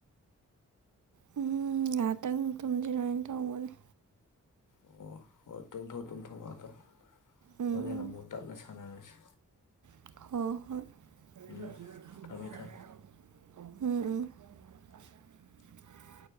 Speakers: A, on the right; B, on the left.
A: ꯎꯝ ꯉꯥꯏꯍꯥꯛꯇꯪ ꯇꯨꯝꯁꯤꯔꯅ ꯇꯧꯕꯅꯤ
B: ꯑꯣ ꯑꯣ ꯇꯨꯝꯊꯣ ꯇꯨꯝꯊꯣ ꯃꯥꯊꯣ
A: ꯎꯝ
B: ꯍꯅ
A: ꯎꯝ
B: ꯃꯨ ꯇꯝꯅ ꯁꯥꯟꯅꯥꯔꯁ
A: ꯍꯣꯏ
B: ꯎꯝ
A: ꯍꯣꯏ
B: ꯊꯝꯃꯦ ꯊꯝꯃꯦ
A: ꯎꯝ ꯎ